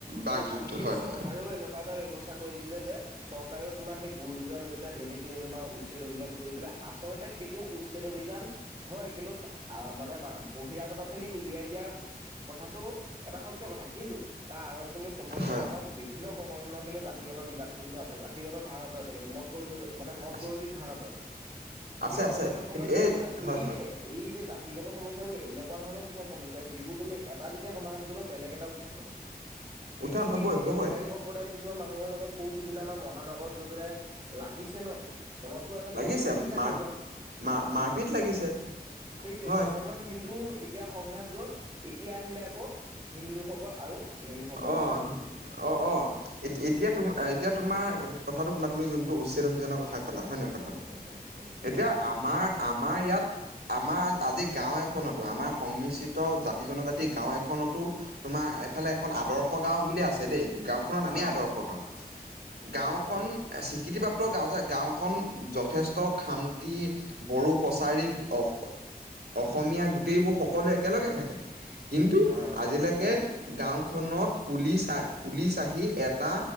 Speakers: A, on the right (about 75°); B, on the right (about 30°).
A: বাকযুক্ত
B: এতিয়া আনকি
A: হয়
B: চৰকাৰেও
A: হয়
B: এনেকুৱা এটা ব্যৱস্থা কৰিছিলে যে চৰকাৰেও তোমাৰ সেই বুল দুোজাৰ লৈ চৰকাৰেও চৰকাৰেও তোমাৰ সেই বুল দুজাৰ লৈ পেলাই যেনি-তেনি তোমাৰ উচ্ছেদ অভিযান কৰি পেলাই আচলতে সেইটো উচ্ছেদ অভিযান হয়, কিন্তু তা আ মানে মা বহিৰাগত খিনিক উলিয়াই দিয়া কথাটো এটা সত্য কথা কিন্তু তাৰ আঁৰত কিন্তু চবতছে
A: হয়
B: ডাঙৰ বিভিন্ন সংগঠনৰ কিন্তু জাতিগত বিবাদটো কিন্তু আছে জাতিগত ধাৰণা আছে কিন্তু মদ গৰি ভূত মানে মদ
A: আছে
B: গৰবী ধাৰণাটো আছে।
A: আছে
B: কিন্তু
A: আছে
B: বৰ্তমান সময়ত তুমি
A: এই
B: চোৱা
A: হয়
B: এই
A: হয়
B: যে এই যে জাতিগত সমস্যাবোৰ এনেকুৱা ধৰণৰ কিছুমান সমস্যা যিবোৰ তুমি এটা যেতিয়া সমাধান কৰিবা বেলেগ এটা উত্থান হ'ব।
A: উত্থান
B: এতিয়া কি
A: হ'বই
B: হৈছে এতিয়া
A: হ'বই
B: বিহাৰী সম্প্ৰদায় কিছুমান মানুহৰ লগত সৌ সিদিনা আমাৰ মহানগৰত গৈ পেলাই লাগিছে ন'। মনততো আছে তুমিতো
A: লাগিছে,
B: দেখিছা
A: মাৰ
B: নিউজত
A: মাৰ মাৰপিত লাগিছে।
B: সেইটোৱে
A: হয়
B: মুছলমান হিন্দুৰ এতিয়া সংঘাত গ'ল। এতিয়া আহিলে আকৌ হিন্দুসক <unintelligible> আৰু বিহাৰী সম্প্ৰদায়
A: অ
B: লোক।
A: অ', অ', এতি- এতিয়া তোমা আ, এতিয়া তোমাৰ কথাটো শুমা তুমি যোনটো উচ্ছেদ অভিযানৰ কথা কলা হয় নে কথাটো।
B: উম উম উম
A: এতিয়া আমাৰ আমাৰ ইয়াত আমাৰ আজ আজি গাঁও এখনতো আমাৰ সংমিশ্ৰিত জাতি জনজাতি গাঁও এখনতো তোমাৰ এইফালে এখন আদৰ্শ গাঁও বুলি আছে দেই। গাঁওখনৰ নামেই
B: অ
A: আদৰ্শ গাঁও। গাঁওখন
B: হয়
A: এ, স্বীকৃতিপ্ৰাপ্ত গাঁও জাক গাঁওখন যথেষ্ট খামটি, বড়ো, কছাৰী, অস অসমীয়া গোটেইবোৰ সকলো একেলগে থাকে। কিন্তু
B: হয়
A: আজিলেকে গাঁওখনত পুলিচ আ পুলিচ আহি এটা